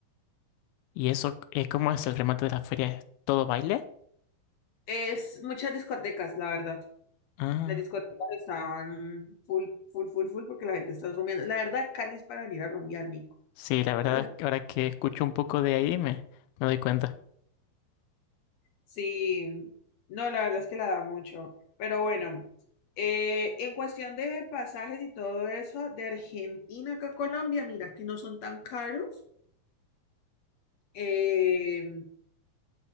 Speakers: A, on the left (about 85°); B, on the left (about 65°).
A: ¿Y eso, eh, cómo es el remate de la feria? ¿Es todo baile?
B: Es muchas discotecas, la verdad.
A: Ah,
B: Las discotecas estaban full, full, full, full, porque la gente está rumbeando. La verdad, Cali es para venir a rumbear, Nico.
A: sí, la verdad,
B: O sea, la
A: es que ahora que escucho un poco de ahí me, me doy cuenta.
B: Sí, no, la verdad es que la da mucho. Pero bueno, eh, en cuestión de pasajes y todo eso, de Argentina acá a Colombia, mira que no son tan caros. Eh,